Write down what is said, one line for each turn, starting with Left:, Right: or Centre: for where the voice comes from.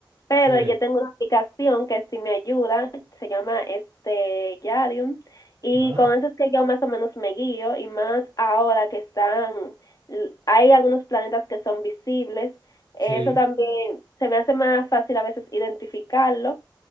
Left: pero
Right: Sí.
Left: yo tengo una aplicación que sí me ayuda, se llama este Yadium, y
Right: Ah,
Left: con eso es que yo más o menos me guío, y más ahora que están, l- hay algunos planetas que son visibles, eso
Right: sí.
Left: también se me hace más fácil a veces identificarlo,